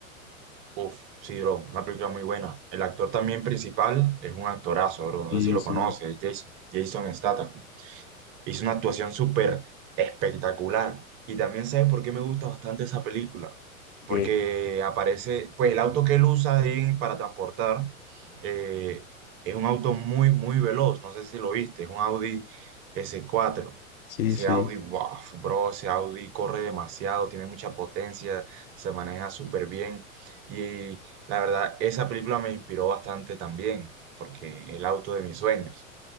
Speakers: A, on the right; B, on the left.
A: Uf, sí, bro, una película muy buena. El actor también principal es un actorazo, bro, no
B: Sí,
A: sé si lo
B: sí.
A: conoces, Jas- Jason Statham. Hizo una actuación súper espectacular. Y también sabes por qué me gusta bastante esa película.
B: Ok,
A: Porque aparece, pues el auto que él usa ahí para transportar eh, es un auto muy, muy veloz. No sé si lo viste, es un Audi S4.
B: Sí,
A: Ese
B: sí.
A: Audi, wow, bro, ese Audi corre demasiado, tiene mucha potencia, se maneja súper bien. Y la verdad, esa película me inspiró bastante también, porque el auto de mis sueños.